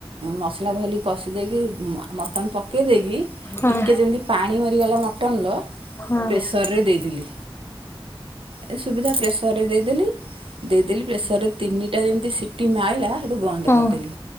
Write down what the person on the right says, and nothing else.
ମସଲା ଭଲି କଷି ଦେଇକି ମଟନ୍ ପକେଇ ଦେଇକି
ଟିକଏ ଯେମିତି ପାଣି ଭରିଗଲା ମ ଟନ ର
ପ୍ରେସର୍ ରେ ଦେଇଦେଲି। ଏ ସୁବିଧା ପ୍ରେସରରେ ଦେଇଦେଲି ଦେଇଦେଲି ପ୍ରେସରରେ ତିନିଟା ଯେମିତି ସିଟି ମାଇଲା। ବନ୍ଦ
କରିଦେଲି